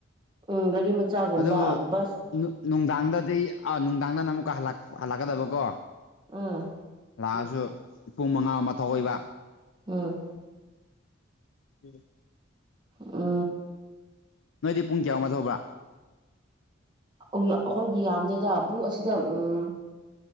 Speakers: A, on the right; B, on the left.
A: ꯎꯝ ꯒꯥꯔꯤ ꯃꯆꯥꯒꯨꯝꯕ
B: ꯑꯗꯨꯕꯨ
A: ꯕꯁ
B: ꯅꯨꯡꯗꯥꯡꯗꯗꯤ ꯑꯥ ꯅꯨꯡꯗꯥꯡꯗꯪꯅ ꯑꯃꯨꯛꯀ ꯍꯜꯂꯛꯀꯗꯕꯀꯣ
A: ꯑꯥ
B: ꯂꯥꯛꯑꯁꯨ ꯄꯨꯡ ꯃꯉꯥ ꯑꯃ ꯊꯣꯛꯧꯏꯕ
A: ꯎꯝ
B: ꯎꯝ
A: ꯑ
B: ꯅꯣꯏꯗꯤ ꯄꯨꯡ ꯀꯌꯥꯉꯥ ꯊꯧꯕ꯭ꯔꯥ
A: ꯑꯩꯈꯣꯏꯗꯤ ꯌꯥꯝꯗꯦꯗ ꯄꯨꯡ ꯑꯁꯤꯗ ꯎꯝ